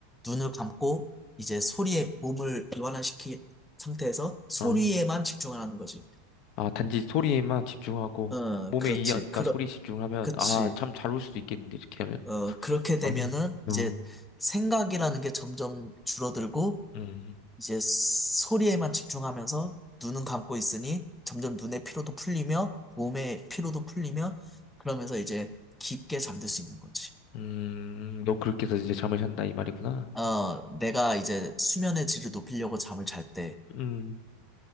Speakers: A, in the centre; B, on the left.
A: 눈을 감고 이제 소리에 몸을 이완화시킨 상태에서 소리에만
B: 어.
A: 집중을 하는 거지.
B: 아, 단지 소리에만 집중하고,
A: 어,
B: 몸의
A: 그렇지.
B: 이완과
A: 그러,
B: 소리 집중하면,
A: 그치.
B: 아, 참 잘 올 수도 있겠는데, 이렇게 하면.
A: 어, 그렇게 되면은
B: 어,
A: 이제
B: 어.
A: 생각이라는 게 점점 줄어들고
B: 음,
A: 이제 소리에만 집중하면서 눈은 감고 있으니 점점 눈의 피로도 풀리며 몸의 피로도 풀리며 그러면서 이제 깊게 잠들 수 있는 거지.
B: 음, 너 그렇게 해서 이제 잠을 잔다 이 말이구나.
A: 어, 내가 이제 수면의 질을 높이려고 잠을 잘 때
B: 음,